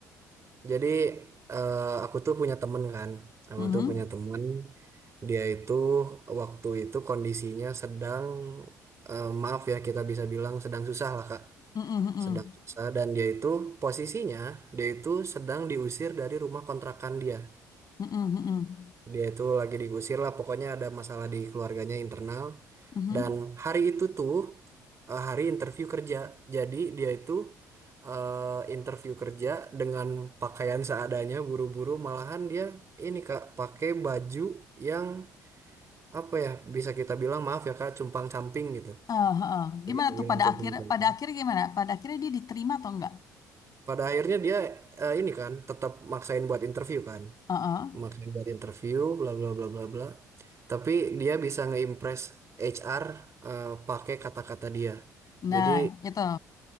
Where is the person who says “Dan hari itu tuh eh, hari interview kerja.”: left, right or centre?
Right